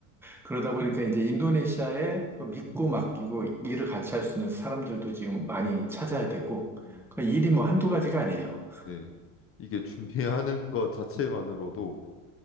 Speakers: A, in the centre; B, on the left.
A: 그러다 보니까 이제 인도네시아에 믿고 맡기고 일을 같이 할 수 있는 사람들도 지금 많이 찾아야 되고,
B: 음,
A: 그 일이 뭐 한두 가지가 아니에요.
B: 네. 이게 준비하는 것 자체만으로도